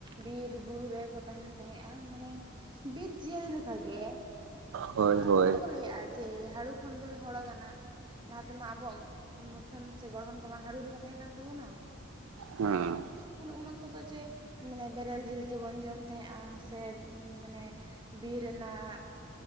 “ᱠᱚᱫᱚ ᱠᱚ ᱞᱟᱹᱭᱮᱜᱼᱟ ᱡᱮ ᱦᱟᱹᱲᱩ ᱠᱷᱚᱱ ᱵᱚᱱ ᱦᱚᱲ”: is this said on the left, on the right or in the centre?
Right